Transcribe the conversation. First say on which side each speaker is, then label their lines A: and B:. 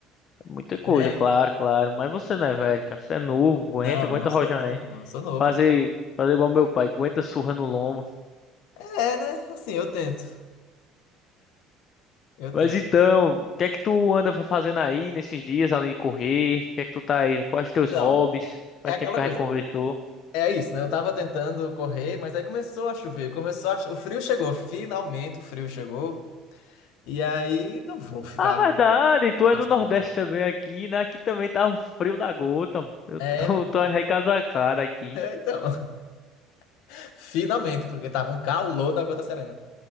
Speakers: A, on the left (about 50°); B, on the left (about 70°).
A: muita coisa,
B: 10.
A: claro, claro. Mas você não é velho, cara. Você é novo, aguenta,
B: Não,
A: aguenta
B: eu não sou
A: rojar
B: velho,
A: aí.
B: não. Eu sou novo,
A: Fazer,
B: eu sou novo.
A: fazer igual meu pai, aguenta surra no lombo.
B: É, né? Assim, eu tento. Eu
A: Mas
B: tento.
A: então, o que é que tu anda fazendo aí nesses dias, além de correr? O que é que tu tá aí? Quais teus
B: Então,
A: hobbies?
B: é
A: Faz
B: aquela
A: tempo que a
B: coisa.
A: gente conversou.
B: É isso, né? Eu tava tentando correr, mas aí começou a chover, começou a... cho- O frio chegou, finalmente o frio chegou. E aí não vou ficar
A: Ah, verdade, tu é
B: na
A: do
B: chuva.
A: Nordeste também aqui, né? Aqui também tá frio da gota. Eu
B: É,
A: tô,
B: minha.
A: tô recasacado aqui.
B: É, então, <laughs> finalmente, porque tava um calor da gota serena.